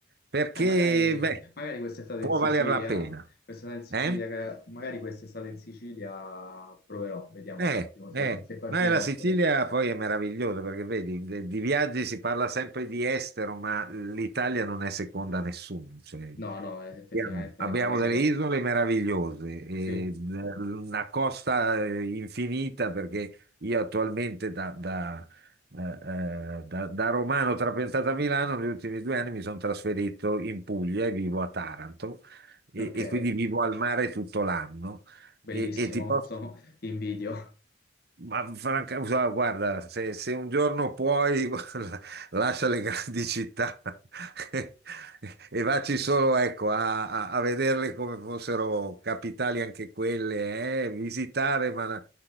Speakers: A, on the right; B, on the left.
A: perché
B: eh, magari,
A: beh,
B: magari quest'estate
A: può
B: in Sicilia,
A: valer la pena.
B: quest'estate in Sicilia,
A: Eh?
B: ca- magari quest'estate in Sicilia proverò, vediamo
A: Eh,
B: un attimo se,
A: eh,
B: se qualcuno
A: ma la
B: offre.
A: Sicilia poi è meravigliosa perché vedi, de- di viaggi si parla sempre di estero, ma l'Italia non è seconda a nessuno. cioè,
B: No, no, eh, effettivamente
A: abbiamo, abbiamo
B: no, è la seconda.
A: delle isole meravigliose, e
B: Sì,
A: d- una costa eh, infinita perché io attualmente da, da, eh, eh, da- da romano trapiantato a Milano, negli ultimi due anni mi sono trasferito in Puglia e vivo a Taranto e,
B: ok,
A: e quindi vivo al mare tutto l'anno.
B: bellissimo,
A: E, e ti posso
B: <laughs> sono- ti invidio.
A: ma franca, guarda, guarda, se, se un giorno puoi, <laughs> guarda, lascia le grandi città <laughs> e vacci solo, ecco, a, a- a vederle come fossero capitali anche quelle, eh, visitare, ma la,